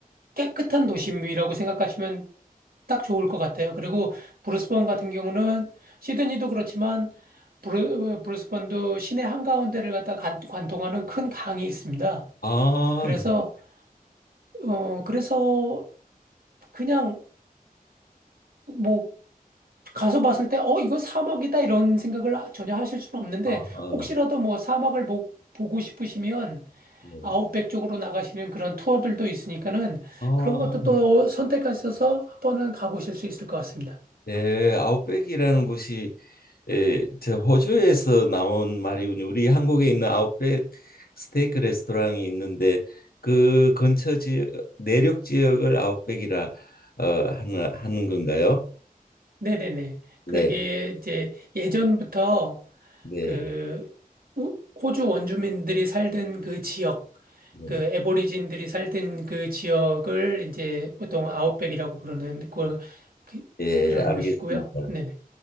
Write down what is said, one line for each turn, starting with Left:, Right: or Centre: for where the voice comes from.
Right: 깨끗한 도심이라고 생각하시면 딱 좋을 것 같아요. 그리고 브루스번 같은 경우는 시드니도 그렇지만 브루, 브루스번도 시내 한가운데를 갖다 관, 관통하는 큰 강이 있습니다.
Left: 아,
Right: 그래서
Left: 네.
Right: 어 그래서 그냥 뭐 가서 봤을 때, 어, 이거 사막이다 이런 생각을 전혀 하실 수는 없는데,
Left: 아,
Right: 혹시라도 뭐 사막을 보, 보고 싶으시면
Left: 네.
Right: 아웃백 쪽으로 나가시는 그런 투어들도 있으니까는
Left: 아,
Right: 그런 것도 또 선택하셔서 한 번은 가보실 수 있을 것 같습니다.
Left: 네, 아웃백이라는 곳이 에, 저 호주에서 나온 말이군요. 우리 한국에 있는 아웃백 스테이크 레스토랑이 있는데 그 근처 지역 내륙 지역을 아웃백이라 어, 하는 하는 건가요?
Right: 네네네.
Left: 네,
Right: 그러게 이제 예전부터
Left: 네,
Right: 그 우- 호주 원주민들이 살던 그 지역,
Left: 네,
Right: 그 애보리진들이 살던 그 지역을 이제 보통 아웃백이라고 부르는 그걸 그,
Left: 예,
Right: 그러는
Left: 알겠습니다.
Right: 것이고요. 네네.